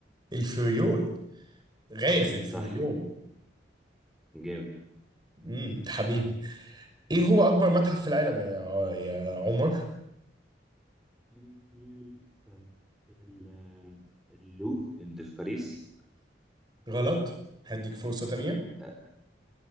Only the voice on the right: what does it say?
الفريون غازل
في مليون
امم أنت حبيبي ايه هو اكبر متحف في العالم يا يا عمر
غلط هديك فرصة تانية